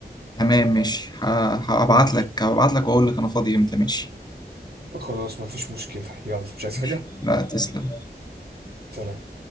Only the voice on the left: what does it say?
تمام ماشي ه- هبعت
لك هبعت لك واقول لك انا فاضي امتى ماشي
ماشي
لا تسلم